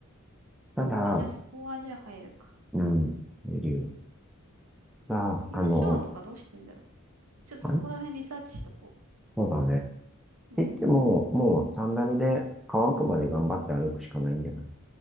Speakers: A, in the centre; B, on the right (about 75°).
A: ただ、
B: まあじゃあそこはじゃあ入るか。
A: うん。見るよ。さあ、
B: みんなシャワーとかどうしてんだろう。
A: あの、
B: ちょっとそこら辺リサーチしとこ
A: あれそうだね。
B: う。うん。
A: 言っても、もうンダ目で乾くまで頑張って歩くしかないんじゃない